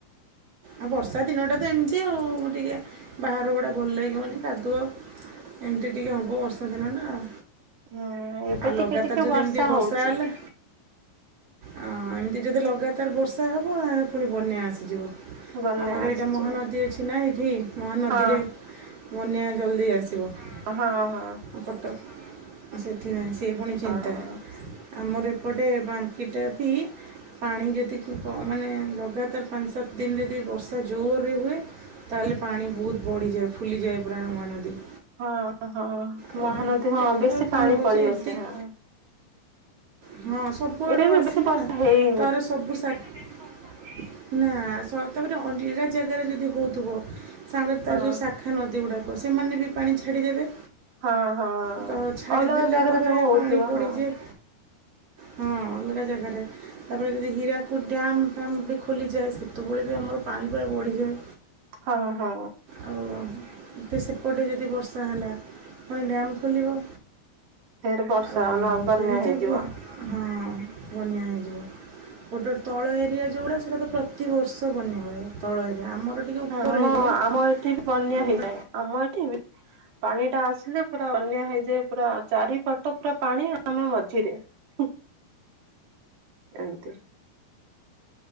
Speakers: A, on the right; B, on the right.
A: ଆ ବର୍ଷା ଦିନଟା ତ ଏମିତି ଆଉ। ଟିକେ ବାହାର ଗୁଡ଼ା ଭଲ ଲାଗିବନି କାଦୁଅ। ଏମିତି ଟିକେ ହବ ବର୍ଷା ଦିନ ଟା ଆଉ।
B: ହଁ ଏବେ
A: ଆଉ
B: ଟିକେ
A: ଲଗାତାର
B: ଟିକେ
A: ଯଦି ଏମିତି ବର୍ଷା
B: ହଉଛି
A: ହେଲା ଆଁ, ଏମିତି ଯଦି ଲଗାତାର ବର୍ଷା ହବ ପୁଣି ବନ୍ୟା ଆସିଯିବ।
B: ବନ୍ୟା
A: ଆମର ଏଇଟା
B: ଆସୁଛି।
A: ମହାନଦୀ ଅଛି ନା ଏଇଠି। ମହାନଦୀରେ
B: ହଁ
A: ବନ୍ୟା ଜଲ୍ଦି ଆସିବ। ଉ
B: ହଁ ହଁ
A: କଟକ ସେଥିପାଇଁ ସେ ପୁଣି
B: ହଁ।
A: ଚିନ୍ତା। ଆମର ଏପଟେ ବାଙ୍କିଟା ବି ପାଣି ଯଦି କ ମାନେ ଲଗାତାର ପାଞ୍ଚ ସାତ ଦିନି ଯଦି ବର୍ଷା ଜୋରରେ ହୁଏ, ତାହେଲେ ପାଣି ବହୁତ ବଢ଼ିଯାଏ, ଫୁଲିଯାଏ ପୁରା ମହାନଦୀ।
B: ହଁ ହଁ
A: ଆଉ
B: ମହାନଦୀ ହଁ
A: ଦେଖିବା
B: ବେଶୀ
A: କ'ଣ
B: ପାଣି
A: ହେଉଛି
B: ପଲେଇ
A: ଏମିତି
B: ଆସେ ହଁ।
A: ହଁ ସବୁ
B: ଏବେ
A: ଆଡୁ
B: ବି
A: ଆସେନା,
B: ବେଶୀ ବର୍ଷା ହେଇନି
A: ତାର ସବୁ <unintelligible> ତାପରେ ଅଲଗା ଜାଗାରେ ଯଦି ହଉଥିବ? ସାଙ୍ଗରେ ତା
B: ହଁ
A: ଯେଉଁ ଶାଖା ନଦୀ ଗୁଡ଼ାକ, ସେମାନେ ବି ପାଣି ଛାଡ଼ିଦେବେ।
B: ହଁ ହଁ
A: ତ ଛାଡ଼ିଦେଲା
B: ଅଲଗା ଜାଗାରେ
A: ପରେ
B: ଯୋଉ ହଉଥିବ
A: ପାଣି ବଢିଯାଏ।
B: ହଁ
A: ହଁ ଅଲଗା ଜାଗାରେ, ତାପରେ ଯଦି ହୀରାକୁଦ ଡ୍ୟାମ ଫ୍ୟାମ ବି ଖୋଲିଯାଏ ସେତେବେଳେ ଯୋଉ ଆମର ପାଣି ପୁରା ବଢ଼ିଯାଏ।
B: ହଁ ହଁ।
A: ଆଉତ ସେପଟେ ଯଦି ବର୍ଷା ହେଲା, ପୁଣି ଡ୍ୟାମ୍ ଖୋଲିବ।
B: ଫେରେ ବର୍ଷା
A: ଆଉ
B: ନ ବନ୍ୟା
A: ସେମିତି
B: ହେଇଯିବ।
A: ହୁଏ ହଁ ବନ୍ୟା ହେଇଯିବ, ଗୋଟେ ତଳ ଏରିଆ ଯେଉଁଗୁଡ଼ା ସେଇଟା ତ ପ୍ରତିବର୍ଷ ବନ୍ୟାହୁଏ ତଳ ଏରିଆ, ଆମର ଟିକେ ଉପର
B: ଆମ
A: ଏରିଆ
B: ଆମ ଏଠି ବି ବନ୍ୟା
A: ଯେଉଁଟା
B: ହେଇଯାଏ, ଆମ ଏଠି ବି ପାଣି ଟା ଆସିଲେ ପୁରା ବନ୍ୟା ହେଇଯାଏ। ପୁରା ଚାରିପଟ ପୁରା ପାଣି ଆମେ ମଝିରେ। ହୁଁ ଏମତି।